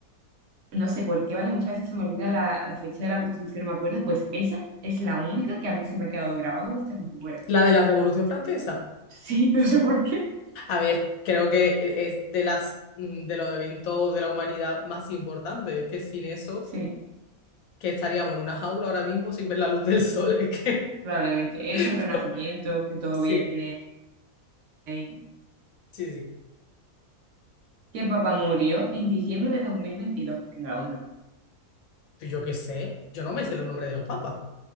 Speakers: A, on the right; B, on the left.
A: no sé por qué, ¿vale? Muchas veces se me olvida la, la fecha de la Constitución, no me acuerdo, pues esa es la única que a mí se me ha quedado grabado hasta que me muera.
B: ¿La de la Revolución Francesa?
A: Sí, <laughs> no sé por qué.
B: A ver, creo que e, es de las mm, de los eventos de la humanidad más importantes. Es que sin eso,
A: Sí,
B: que estaríamos en una jaula ahora mismo sin ver la luz del sol. Es que
A: probablemente.
B: <laughs>
A: Eso, el Renacimiento, que todo
B: sí,
A: viene ahí.
B: sí, sí.
A: Que papá murió en diciembre de dos mil veintidós Venga, hombre.
B: Pues Yo qué sé. Yo no me sé los nombres de los papas.